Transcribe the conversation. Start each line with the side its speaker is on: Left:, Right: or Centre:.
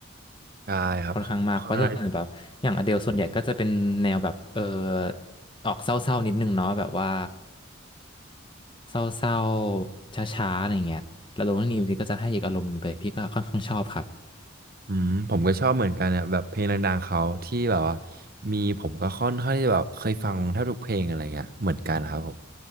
Right: ได้ครับผม
Left: ค่อนข้างมากเพราะจะเป็นแบบอย่าง Adele ส่วนใหญ่ก็จะเป็นแนวแบบเออออกเศร้าๆนิดนึงเนาะแบบว่าเศร้าๆช้าๆอะไรเงี้ยแล้ว Rolling in the Deep ก็จะให้อีกอารมณ์หนึ่งไปพี่ก็ค่อนข้างชอบครับ
Right: อืมผมก็ชอบเหมือนกันเนี่ยแบบเพลงดังๆเขาที่แบบว่ามีผมก็ค่อนข้างที่จะแบบเคยฟังแทบทุกเพลงอะไรเงี้ยเหมือนกันครับผม